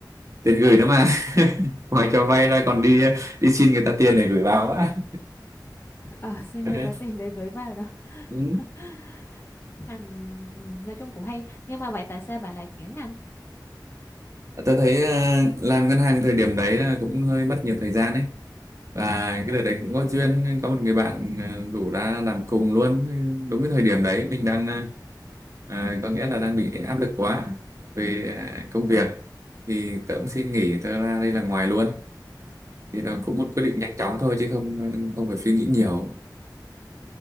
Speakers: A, on the right; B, on the left.
A: tiền gửi nó mà <laughs> ngoài cho vay ra còn đi à, đi xin người ta tiền để gửi vào á.
B: Ờ, xin
A: <laughs> Cho
B: người
A: nên,
B: ta tiền để gửi vào đâu.
A: Ừ.
B: <laughs> ngành ừ, nói chung cũng hay nhưng mà vậy tại sao bạn lại chuyển ngành
A: Tôi thấy à, làm ngân hàng thời điểm đấy là cũng hơi mất nhiều thời gian ấy và cái đợt đấy cũng có duyên có một người bạn ờ, rủ ra làm cùng luôn đúng cái thời điểm đấy mình đang ờ, à, có nghĩa là đang bị áp lực quá về à, công việc thì tớ cũng xin nghỉ tớ ra đây làm ngoài luôn thì là cũng một quyết định
B: ừ,
A: nhanh chóng thôi chứ không ờ, không phải suy nghĩ nhiều